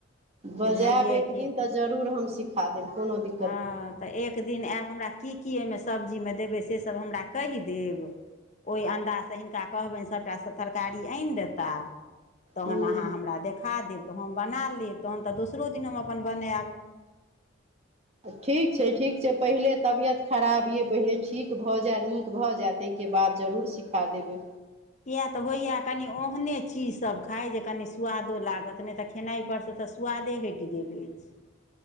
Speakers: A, on the right; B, on the left.
A: बजेब
B: बुझलियै
A: एक
B: कि
A: दिन त जरूर हम सिख खा देब। कोनो दिक्-
B: हँ, त एक दिन ऐब हमरा की की अयमे सब्जीमे देबै सेसब हमरा कहि देब। ओइ अन्दाजसँ हिनका कहबैन सभटा स- तरकारी आइन देताऽ। तहन
A: ह
B: अहाँ हमरा देखा देब त हम बना लेब, तहन त दोसरो दिन हम अपन बनैएब।
A: ठीक छै, ठीक छै, पहिले तबियत खराब यै पहिले ठीक भ जैऽ नीक भऽ जैऽ तै- के बाद जरूर सिखा देबय।
B: किये तऽ होइऽयै कनी ओहने चीज सभ खाइ, जे कनी स्वादो लागत, नै तऽखेनाइ पर स त स्वादे हैइट गेल अइछ।